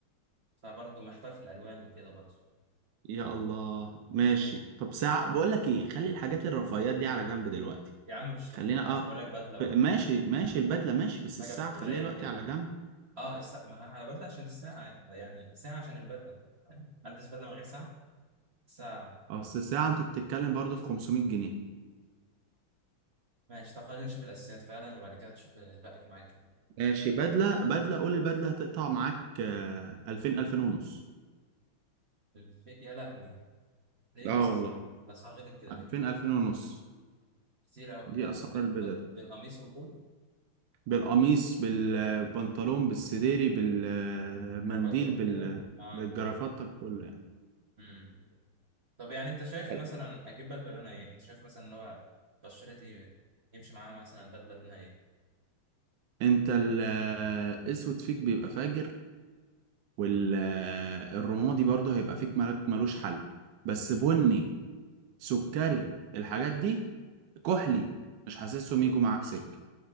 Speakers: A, on the right; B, on the right.
A: فبرضه محتار في الالوان وكده برضه
B: يا الله ماشي طب ساعة بقول لك ايه خلي الحاجات الرفاهيات دي على جنب دلوقتي
A: يا عم مش
B: خلينا
A: رفاهيات
B: اه
A: بقول لك بدله
B: ب-
A: وحاجه
B: ماشي ماشي البدلة ماشي بس
A: في
B: الساعة
A: الكليه
B: خليها دلوقتي
A: وكده
B: على جنب
A: اه الساعه ما ه- بدله عشان الساعه يعني ساعه عشان البدله فاهم البس بدله من غير ساعه ساعه
B: اصل الساعة انت بتتكلم برضه في 500 جنيه
A: ماشي طب خلينا نشوف الاساسيات فعلا وبعد كده نشوف الباقي معاك كام
B: ماشي بدلة بدلة قول البدلة هتقطع معاك آه 2000 2000 ونص
A: الف- يا لهوي ليه
B: اه
A: يا اسطى
B: والله
A: الاسعار غلط كده
B: 2000
A: ليه
B: 2000 ونص
A: كتير قوي
B: دي
A: ده بال...
B: اسعار البدل
A: بال... بالقميص وكله
B: بالقميص بالبنطلون بالسديري بالمنديل
A: كرافته وكده
B: بال
A: اه
B: بالجرافات طب كله
A: امم طب يعني انت شايف
B: يعني
A: مثلا اجيب بدله لونها ايه انت شايف مثلا ان هو بشرتي يمشي معاها مثلا بدله لونها ايه
B: انت الاسود فيك بيبقى فاجر والرمادي برضه هيبقى فيك ملك ملوش حل بس بني سكري الحاجات دي كحلي مش حاسسهم يجوا معاك سكة